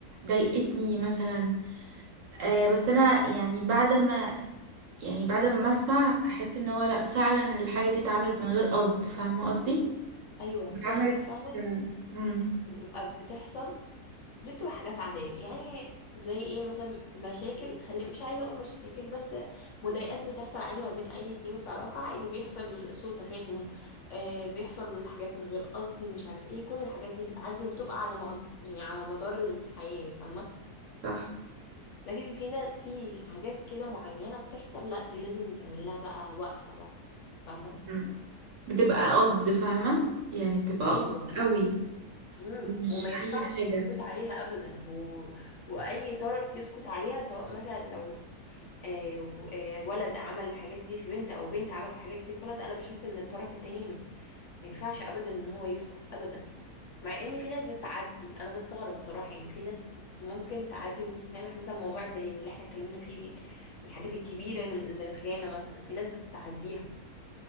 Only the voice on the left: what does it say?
ايوه
في حاجات فعلا
بتبقى بتحصل دي بتبقى حاجات عاديه يعني زي ايه مثلا مشاكل خلي مش عايزه اقول مشاكل بس مضايقات بتحصل عادي ما بين اي اتنين في علاقه عادي بيحصل سوء تفاهم آه بيحصل حاجات من غير قصد مش عارف ايه كل الحاجات دي بتعدي وبتبقى على مد... يعني على مدار الحياه فاهمه
لكن في ناس في حاجات كده معينه بتحصل لا دي لازم يتعمل لها بقى وقفه بقى فاهمه
ايوه
مم.
وما ينفعش
السكوت عليها ابدا و... واي طرف يسكت عليها سواء مثلا لو آه آه ولد عمل الحاجات دي في بنت او بنت عملت الحاجات دي في ولد انا بشوف ان الطرف التاني ما ينفعش ابدا ان هو يسكت ابدا مع ان في ناس بتعدي انا بستغرب بصراحة يعني في ناس ممكن تعدي وتسامح مثلا موضوع زي اللي احنا اتكلمنا فيه ال- من الحاجات الكبيرة زي الخيانة مثلا في ناس بتعديها